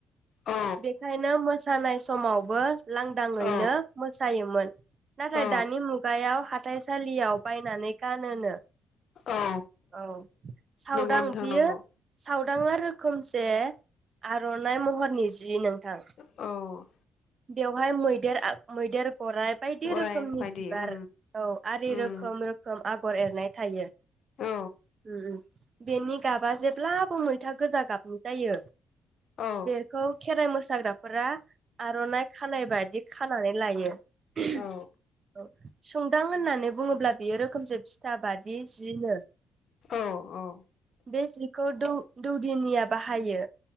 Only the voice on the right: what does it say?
बेखायनो मोसानाय स समाव बो लांदांङैनो
मोसायोमोन नाथाय
दानि मुगायाव हाथाइसालियाव बायनानै गानोनो
औ साउदां
बियो
साउ दांङा रोखोमसे आरनाइ महरनि जि नोंथां
बेवहाय मैदेर आग मैदेर गराइ बायदि
रोखोमनि
बिबार
औ आरि
रोखोम रोखोम आ खर एरनाय थायो उ
उ बेनि गाबा जेब्ला मै फोथा गोजा गाबनि जायो
बेखौ खेराइ मोसाग्राफोरा आरनाइ खानाय बाददि खानानै लायो उम
सुंदां होननानै बुङोब्ला बियो रोखोमजों फिथा बादि जिनो
बे सिखौ दौ दौदिनिया बाहायो।